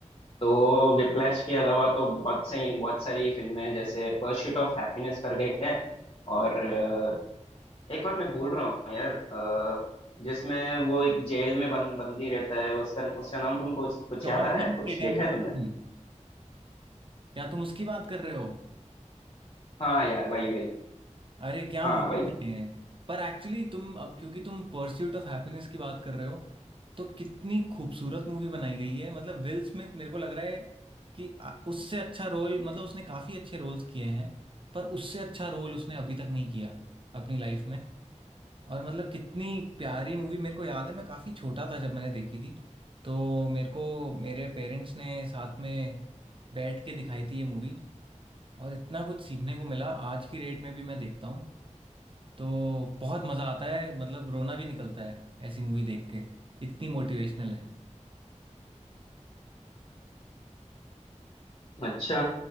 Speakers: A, on the left (about 45°); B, on the right (about 45°).
A: तो विप्लैश के अलावा तो बहुत सही बहुत सारी फिल्में हैं जैसे परस्यूट ऑफ हैप्पीनेस करके एक है और अ, एक और मैं भूल रहा हूँ यार अ, जिसमें वो एक जेल में बंद बंदी रहता है उसका उसका नाम तुमको कुछ कुछ
B: शॉशैंक
A: याद आ रहा है कुछ
B: रिडेम्पशन
A: देखा है तुमने
B: क्या तुम उसकी बात कर रहे हो
A: हाँ यार वही वही
B: अरे क्या
A: हाँ
B: मूवी
A: वही
B: है पर एक्चुअली तुम अब क्योंकि तुम परस्यूट ऑफ हैप्पीनेस की बात कर रहे हो तो कितनी खूबसूरत मूवी बनाई गई है मतलब विल स्मिथ मेरे को लग रहा है कि आ- उससे अच्छा रोल मतलब उसने काफी अच्छे रोल्स किए हैं पर उससे अच्छा रोल उसने अभी तक नहीं किया अपनी लाइफ में और मतलब कितनी प्यारी मूवी मेरे को याद है मैं काफ़ी छोटा था जब मैंने देखी थी तो मेरे को मेरे पेरेंट्स ने साथ में बैठ के दिखाई थी ये मूवी और इतना कुछ सीखने को मिला आज की डेट में भी मैं देखता हूँ तो बहुत मज़ा आता है मतलब रोना भी निकलता है ऐसी मूवी देख के इतनी मोटिवेशनल है
A: अच्छा